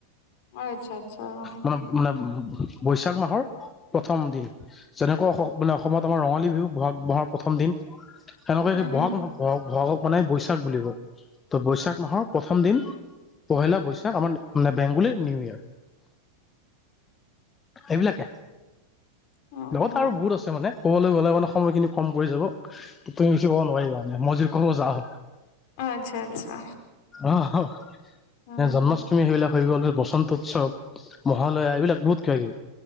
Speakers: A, on the left; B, on the left.
A: অ', আচ্ছা, আচ্ছা, অ'।
B: বা মানে মানে বৈশাখ মাহৰ প্ৰথম দিন। যেনেকৈ মানে অসমত আমাৰ ৰঙালী বিহু বহাগ বহাগ প্ৰথম দিন। সেনেকে
A: উম
B: সেই
A: হুম
B: বহাগ ব-বহাগক মানে বৈশ শাখ বুলি কয়, বৈশাখ মাহৰ প্ৰথম দিন। পহিলা বৈশাখ আমাৰ মানে বেংগলী নিউ ইয়াৰ। এইবিলাকে
A: অ
B: লগতে
A: অ
B: আৰু বহুত আছে মানে ক'বলৈ গ'লে মানে সময়খিনি কম পৰি যাব, তুমি বেছি ক'ব নোৱাৰিবা মই যদি বেছি ক'ব যাওঁ।
A: অ', আচ্ছা, আচ্ছা।
B: অ',
A: উম
B: এতিয়া জন্ম তুমি সেইবিলাক হৈ গ'ল বসন্ত উৎসৱ মহালয়া, এইবিলাক বহুত কিবা কিবি।